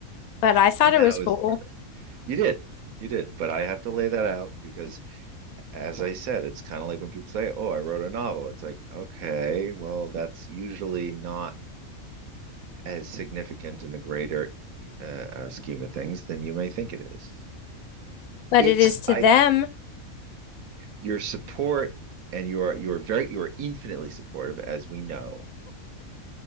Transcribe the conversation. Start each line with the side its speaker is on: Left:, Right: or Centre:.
Left: But I thought
Right: And that
Left: it was
Right: was
Left: cool.
Right: sort of you did. You did. But I have to lay that out because, as I said, it's kind of like when people say, Oh, I wrote a novel. It's like, okay, well, that's usually not as significant in the greater uh, uh, scheme of things than you may think it is.
Left: But
Right: It's
Left: it is to
Right: I
Left: them
Right: your support and you are you are very you are infinitely supportive as we know.